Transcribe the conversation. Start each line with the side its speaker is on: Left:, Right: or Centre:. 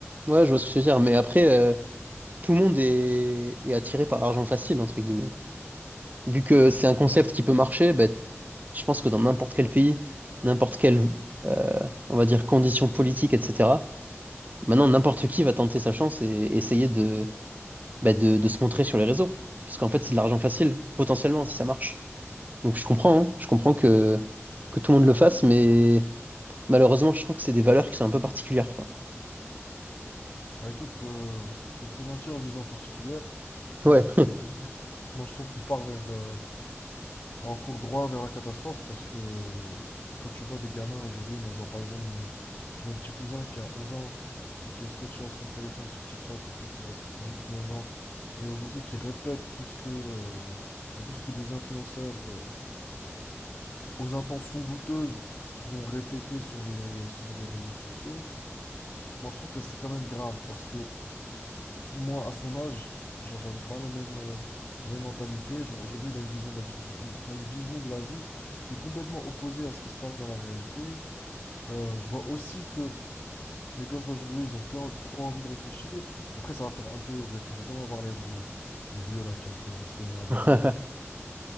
Right: Ouais, je vois ce que tu veux dire. Mais après, euh, tout le monde est, est attiré par l'argent facile, entre guillemets. Vu que c'est un concept qui peut marcher, ben, je pense que dans n'importe quel pays, n'importe quelle, euh, on va dire, condition politique, etc., maintenant, n'importe qui va tenter sa chance et essayer de bah, de, de se montrer sur les réseaux. Parce qu'en fait, c'est de l'argent facile, potentiellement, si ça marche. Donc je comprends, hein. je comprends que, que tout le monde le fasse, mais malheureusement, je trouve que c'est des valeurs qui sont un peu particulières, quoi.
Left: Bah écoute, euh, t'es très gentil en disant particulière.
Right: Ouais.
Left: Moi je trouve que c'est vraiment. Moi je trouve qu'on part vers, euh, Bah, on court droit vers la catastrophe parce que euh, quand tu vois des gamins aujourd'hui, moi je vois par exemple mon- j'ai un petit cousin qui a 11 ans et qui est scotché à son téléphone sur TikTok depuis qu'il a huit, neuf ans et aujourd'hui qui répète tout ce que, euh, bah, tout ce que des influenceurs euh, aux intentions douteuses vont répéter sur les, sur les réseaux sociaux. Moi je trouve que c'est quand même grave parce que moi, à son âge, genre, j'avais pas la même, euh, la même mentalité. Genre, aujourd'hui, il a une vision de la, dif- il a une vision de la vie qui est complètement opposée à ce qui se passe dans la réalité. Euh, je vois aussi que les gosses d'aujourd'hui, ils ont plus en- trop envie de réfléchir. Après, ça va faire un peu, je vais, je vais quand même avoir l'air du, du vieux là qui est en train de dire c'était mieux avant
Right: <laughs>
Left: et tout.